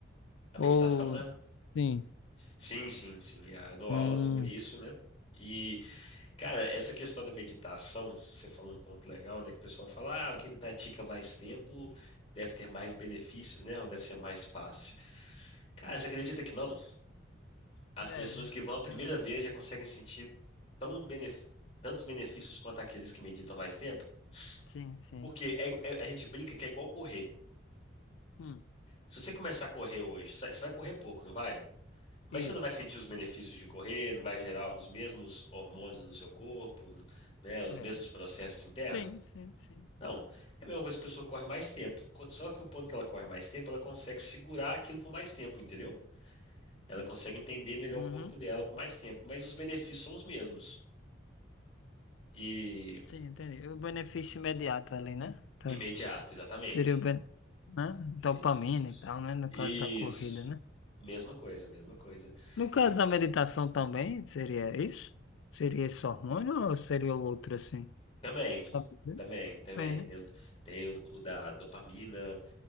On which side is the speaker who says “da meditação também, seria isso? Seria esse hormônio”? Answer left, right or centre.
Left